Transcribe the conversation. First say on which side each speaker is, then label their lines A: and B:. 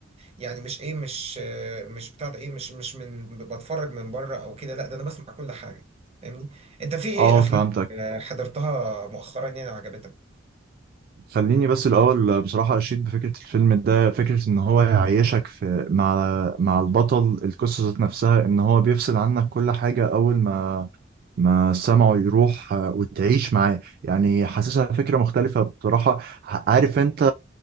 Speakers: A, on the right; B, on the right.
A: يعني مش ايه مش آه، مش بتاع ده ايه مش مش من بتفرج من بره او كده لا ده انا بسمع كل حاجه فاهمني انت في ايه
B: اه
A: افلام
B: فهمتك
A: آه، حضرتها مؤخرا يعني وعجبتك
B: خليني بس الأول بصراحة أشيد بفكرة الفيلم ده فكرة إن هو يعيشك في مع مع البطل القصة ذات نفسها إن هو بيفصل عنك كل حاجة أول ما ما سمعه يروح آه، وتعيش معاه يعني حاسسها فكرة مختلفة بصراحة عارف انت